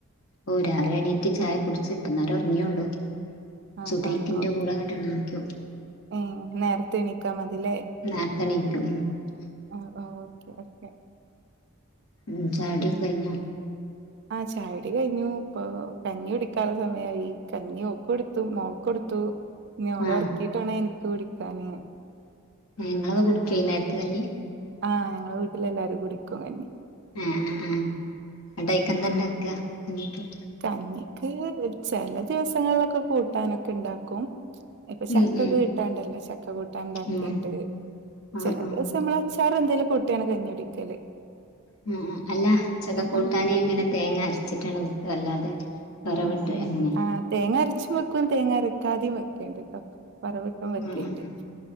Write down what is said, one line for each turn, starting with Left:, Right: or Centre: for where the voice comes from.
Left: ഓ രാവില എണീറ്റ് ചായ കുടിച്ച് ഇപ്പാന്നേരം ഒറങ്ങിയേള്ളൂ
Right: ആഹ്
Left: സുബൈഹിയ്ക്കിന്റെ
Right: ആഹ് ഓക്കെ
Left: കൂടെ അങ്ങാട്ട് എണിക്കും
Right: ഏഹ് നേരത്തെ എണിക്കാ മതില്ലേ
Left: നേരത്തെ എണീക്കും ഉം
Right: ആഹ് ഓക്കെ ഓക്കെ
Left: ഉം ചായക്കുടിക്കെ
Right: ഉം
Left: കയിഞ്ഞോ
Right: ആഹ് ചായ കുടി കയിഞ്ഞു ഇപ്പൊ കഞ്ഞി കുടിക്കാനുള്ള സമയായി കഞ്ഞി ഓക്ക് കൊട് ത്തും മോക്ക് കൊടുത്തു ഇനി അവളെ
Left: ആഹ്
Right: ഒറക്കീട്ട് വേണം എനിക്ക് കുടിക്ക്യാന്
Left: ഉം നിങ്ങളൊക്കെ കുടിക്ക്യേ ഈ നേരത്തെ കഞ്ഞി
Right: ആഹ് ഞങ്ങളെ വീട്ടിലെ എല്ലാരും കുടിക്കും കഞ്ഞി
Left: ഏഹ് ഏഹ് ഇങ്ങെട്ട് അയ്ക്കെന്താ ഇണ്ടാക്കാ കഞ്ഞീക്ക്?
Right: കഞ്ഞിക്ക് ചെല ദിവസങ്ങളിലൊക്കെ കൂട്ടാന് ഒക്കെണ്ടാക്കും ഇപ്പൊ ചക്കൊക്കെ
Left: ഉം
Right: കിട്ടാണ്ടല്ലോ ചക്ക കൂട്ടാൻ ഇണ്ടാക്കേണ്ട്
Left: ഉം ഉം ആഹ്
Right: ചെല
Left: ആഹ്
Right: ദിവസം ഞമ്മളെ അച്ചാറും എന്തേലും കുട്ടിയാണ് കഞ്ഞി കൂടിക്കല്
Left: ഉം ഉം അല്ലാ ചക്കാ കൂട്ടാന്
Right: ഉം
Left: എങ്ങനെ തേങ്ങാ അരച്ചിട്ടാണേ വെക്ക? അല്ലാതെ വറവിട്ട്
Right: ഉം
Left: അങ്ങനെ
Right: ആഹ് തേങ്ങാ അരച്ചും വെക്കും തേങ്ങ അരക്കാതെയും വെക്കേണ്ട്ട്ടോ വറവ് ഇട്ടും വെക്കേണ്ട്
Left: ഉം ഉം